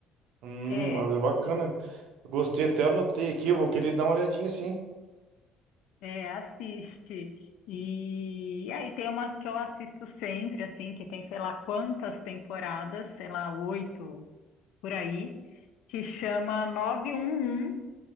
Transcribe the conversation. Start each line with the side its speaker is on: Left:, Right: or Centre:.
Right: Hum,
Left: é,
Right: mas é bacana. Gostei até, anotei aqui, eu vou querer dar uma olhadinha sim.
Left: é, assiste. E, e aí tem uma que eu assisto sempre, assim, que tem sei lá quantas temporadas, sei lá, oito por aí, que chama 911